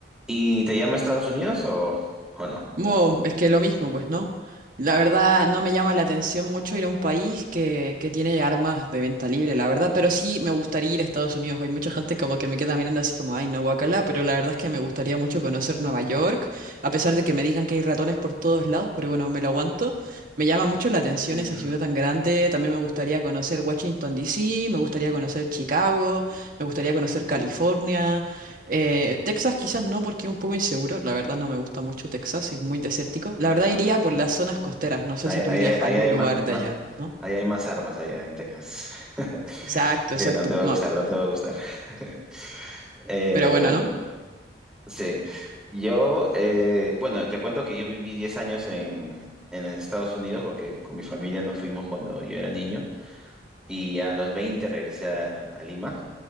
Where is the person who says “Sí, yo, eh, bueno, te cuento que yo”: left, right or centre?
Centre